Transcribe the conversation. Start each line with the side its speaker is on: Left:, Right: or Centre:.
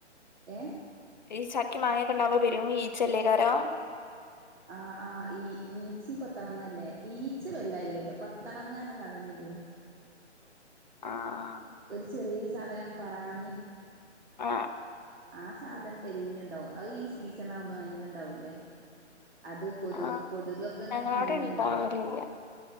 Right: ഏഹ്
Left: ഈ ചക്കി മാങ്ങൊക്കെണ്ടാവ്പോ പെരും ഈച്ചെല്ലക്കാരോ
Right: ആ, ആ, ഈ, ഈച്ചി കൊത്തളങ്ങല്ലേ ഈച്ചി വെല്ല ഇല്ല ട്ടോ കൊത്തളങ്ങ റഞ്ഞ സാധനല്ലേ?
Left: ആ. ആ
Right: ഒരു ചെറിയ സാധനം പറാണി.
Left: ആ
Right: ആ സാധനം തെല്ല് ഇണ്ടാവും അത് ഈ സീസൺ ആവുമ്പോ നല്ല ഇണ്ടാവുംല്ലേ? അത് കൊതുക്
Left: ആഹ്
Right: കൊതുകൊക്കെ ഇങ്ങനെ
Left: ഞങ്ങളവിടെ
Right: നല്ല
Left: ഇണ്ടാവലില്ല
Right: ഇണ്ടാവും